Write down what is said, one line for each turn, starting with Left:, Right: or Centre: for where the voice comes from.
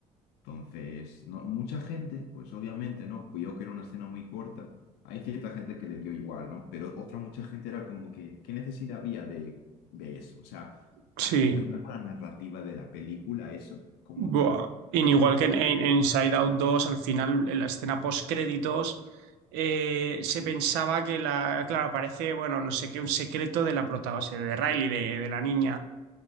Left: Entonces, no, mucha gente, pues obviamente, ¿no? Vio que era una escena muy corta. Hay cierta gente que le dio igual, ¿no? Pero otra mucha gente era como que, ¿qué necesidad había de, de eso? O sea,
Right: sí.
Left: ¿afecta en algo la narrativa de la película eso como
Right: Buah.
Left: tal?
Right: Y igual que en, en- en Inside Out 2 al final, en la escena post-créditos, eh, se pensaba que la. Claro, aparece, bueno, no sé qué, un secreto de la prota, o sea, de Riley, de, de la niña.